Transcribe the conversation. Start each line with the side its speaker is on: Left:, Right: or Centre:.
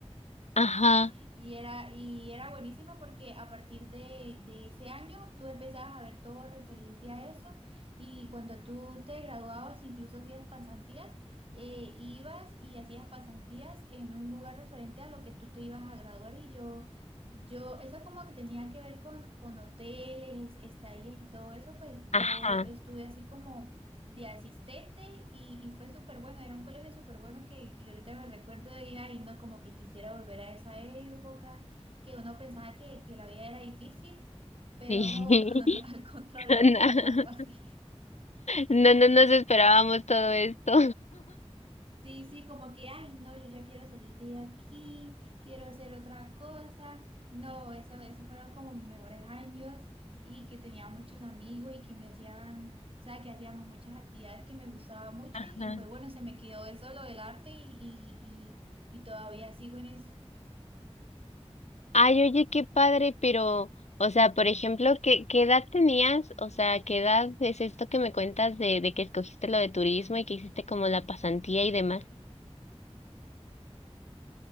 Left: Ajá,
Right: Y era, y era buenísima porque a partir de, de ese año tú empezabas a ver todo referente a eso y cuando tú te graduabas, incluso hacías pasantías, eh, ibas y hacías pasantías en un lugar referente a lo que tú te ibas a graduar y yo, yo, eso como que tenía que ver con, con hoteles, estadías y todo eso, pues yo
Left: ajá,
Right: estuve así como de asistente y, y fue súper bueno, era un colegio súper bueno que, que ahorita me recuerdo de ella y no como que quisiera volver a esa época, que uno pensaba que, que la vida era difícil, pero
Left: sí.
Right: no, <laughs> al contrario,
Left: <laughs>
Right: era como más fácil.
Left: No, no, no nos esperábamos todo esto.
Right: Sí, sí, como que, ay, no, yo ya quiero salir de aquí, quiero hacer otra cosa. No, eso, eso fueron como mis mejores años y que tenía muchos amigos y que me hacían, o sea, que hacíamos muchas actividades que me gustaba mucho
Left: <laughs>
Right: y pues bueno, se me quedó eso, lo del arte y, y, y, y todavía sigo en eso.
Left: Ay, oye, qué padre, pero, o sea, por ejemplo, ¿qué, qué edad tenías? O sea, ¿qué edad es esto que me cuentas de, de que escogiste lo de turismo y que hiciste como la pasantía y demás?